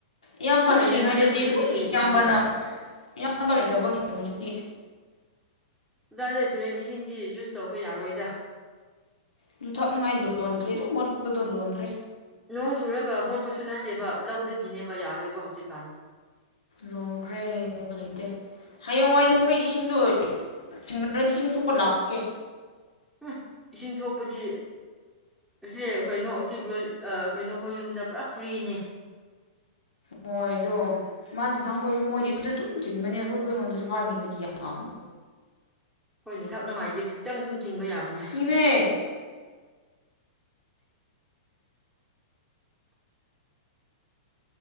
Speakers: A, on the left (about 80°); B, in the centre.
A: ꯏꯌꯥꯝꯕ
B: ꯑꯗꯨꯝ
A: ꯂꯩꯔꯤꯉꯩꯗꯗꯤ
B: ꯁꯦꯡꯕ ꯆꯠꯄꯗꯨꯗꯤ
A: ꯑꯗꯨꯝ ꯏꯌꯥꯝꯕꯅ
B: ꯅꯌꯥꯝꯕꯅ
A: ꯏꯌꯥꯝꯕ ꯂꯩꯇꯕꯒꯤ ꯍꯨꯖꯤꯛꯇꯤ
B: ꯗꯥꯔꯦ ꯇꯨꯔꯦꯟ ꯏꯁꯤꯡꯖꯤ ꯢꯌꯨꯁ ꯇꯧꯕ ꯌꯥꯔꯣꯏꯗ
A: ꯑꯗꯨ ꯊꯛꯅꯉꯥꯏ ꯂꯣꯟꯈ꯭ꯔꯦ ꯑꯗꯨꯝ ꯃꯣꯠꯄꯗꯣ ꯂꯣꯟꯈ꯭ꯔꯦ
B: ꯅꯣꯡ ꯆꯨꯔꯒ ꯃꯣꯠꯄꯁꯨ ꯅꯠꯇꯦꯕ ꯂꯧꯗꯒꯤꯅꯦꯕ ꯌꯥꯔꯣꯏꯕ ꯍꯧꯖꯤꯛꯀꯥꯟ
A: ꯂꯣꯡꯈ꯭ꯔꯦꯕꯗꯩꯇꯦ ꯍꯌꯦꯡꯋꯥꯏ ꯅꯈꯣꯏ ꯏꯁꯤꯡꯗꯨ ꯆꯤꯡꯅꯔꯗꯤ ꯁꯤꯡ ꯁꯣꯛꯄ ꯂꯥꯛꯀꯦ
B: ꯑꯨꯛꯁ ꯏꯁꯤꯡ ꯁꯣꯛꯄꯗꯤ ꯑꯁꯦ ꯀꯩꯅꯣ ꯇꯤꯕꯨ꯭ꯔꯣꯜ ꯑ ꯀꯩꯅꯣꯈꯣꯏ ꯌꯨꯝꯗ ꯄꯨꯔꯥ ꯐ꯭ꯔꯤꯅꯦ
A: ꯑꯣꯏꯗꯨ ꯃꯥ ꯇꯤ ꯊꯥꯡꯈꯣꯏꯁꯨ ꯃꯣꯏꯒꯤꯗꯨꯗ ꯑꯗꯨꯝ ꯆꯤꯟꯕꯅꯦ ꯑꯗꯨ ꯈꯣꯏ ꯉꯣꯟꯗꯁꯨ ꯍꯥꯕꯤꯕꯗꯤ ꯌꯥꯝꯅꯦ
B: ꯑꯩꯈꯣꯏꯅ ꯊꯛꯅꯉꯥꯏꯗꯤ ꯈꯤꯇꯪ ꯑꯗꯨꯝ ꯆꯤꯡꯕ ꯌꯥꯕꯅꯦ
A: ꯏꯃꯦ